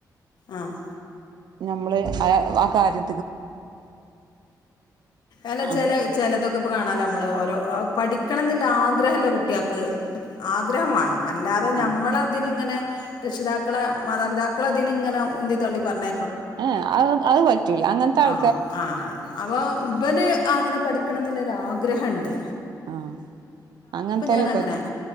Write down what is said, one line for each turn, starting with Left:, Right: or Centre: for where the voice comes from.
Left: ആഹ്
Right: ഞമ്മള് ആ ആ കാര്യ
Left: അല്ല
Right: ആഹ്
Left: ചില ചിലതൊക്കിപ്പോ കാണാല്ലാ നമ്മള് ഓരോ ആ പഠിക്കണന്നില്ലാ ആഗ്രഹില്ല കുട്ടികക്ക് ആഗ്രഹം വാണം അല്ലാത ഞമ്മളതിനിങ്ങനെ
Right: ആഹ്
Left: രക്ഷിതാക്കള് മാതാപിതാക്കളതിനിങ്ങനെ ഉന്തി തള്ളി പറഞ്ഞ
Right: ആ അത് അത് പറ്റൂല അങ്ങനത്ത ആൾ
Left: ആ ആ അപൊ ഇവന് അ അങ്ങനെ പഠിക്കണന്നുല്ലരു ആഗ്രഹണ്ട്
Right: ആഹ് അങ്ങനത്തയാൽ
Left: ഞാനങ്ങനെ
Right: പറ്റും